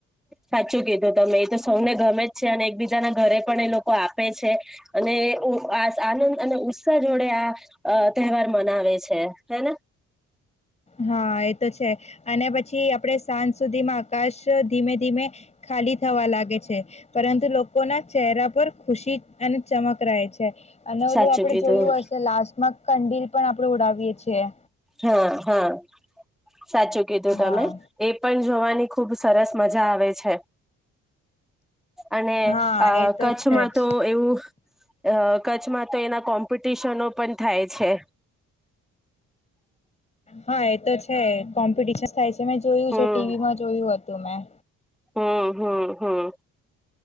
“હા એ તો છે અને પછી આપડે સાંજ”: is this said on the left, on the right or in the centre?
Left